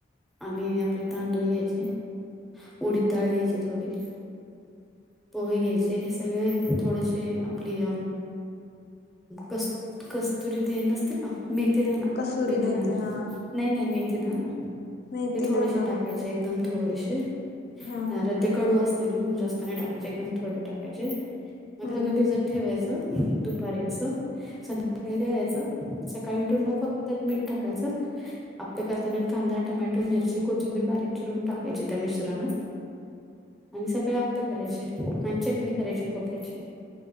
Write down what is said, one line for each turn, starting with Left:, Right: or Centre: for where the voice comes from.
Centre: आणि आपले तांदूळ घ्यायचे, उडीत डाळ घ्यायचे थोडी पोहे घ्यायचे हे सगळे थोडेसे आपली क कस्तुरी ते नसते का? मेथी दाना
Left: कसुरी
Centre: मेथीदाणा
Left: मेथी हा
Centre: नाही नाही मेथीदाना.
Left: मेथी
Centre: ते थोडेसे
Left: दाना
Centre: टाकायचे एकदम थोडेसे,
Left: हा
Centre: कारण
Left: हा
Centre: ते कडू आस ते ना म्हणून जास्त नाही टाकायचे एकदम थोडे टाकायचे, मग
Left: हम्म
Centre: सगळ
Left: हम्म
Centre: भिजत ठेवायचं दुपारी अस. संध्याकाळी दळायचं, सकाळी उठून म फक्त त्यात मीठ टाकायचं आप्पे करताना कांदा, टमॅटो, मिरची, कोथिंबीर बारीक चिरून टाकायची त्या मिश्रणात आणि सकाळी आप्पे करायचे, आणि च करायची खोबऱ्याची,